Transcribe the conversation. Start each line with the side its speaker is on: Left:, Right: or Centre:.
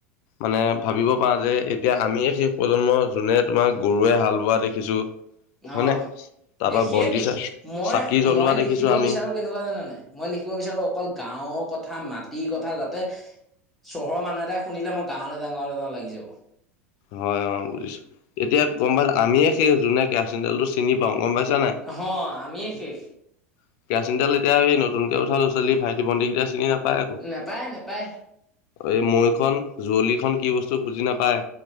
Left: মানে ভাবিব পাৰা যে, এতিয়া আমিয়ে শেষ প্ৰজন্ম যোনে তোমাৰ গৰুৱে হাল বোৱা দেখিছো। হয়নে
Centre: অ
Left: তাৰপা
Centre: 'এই সেইবোৰে,
Left: বন্তি চা
Centre: মই
Left: চাকি জ্বলোৱা
Centre: মই লিখিব
Left: দেখিছো আমি
Centre: বিচাৰো কেনেকুৱা জানে নাই মই লিখিব বিচাৰোঁ, অকল গাঁৱৰ কথা, মাটিৰ কথা যাতে চহৰৰ মানুহ এটাই শুনিলে, মই গাঁৱলৈ যাঁও যাওঁ লাগি যাব।
Left: হয় হয় বুজিছোঁ। এতিয়া গম পাও, আমিয়ে সেই বিলাক কেৰাচিন তেল চিনি পাওঁ গম পাইছ, <unintelligible>
Centre: নহয় আমিয়ে শেষ
Left: কেৰাচিন তেল এতিয়া এই নতুন লৰা ছোৱালী ভাইটি ভণ্টিকিতা চিনি নাপ নাপাই আকৌ।
Centre: নেপায় নেপায়
Left: এই মৈখন যুুৱলিখন কি বস্তু বুজি নাপায়।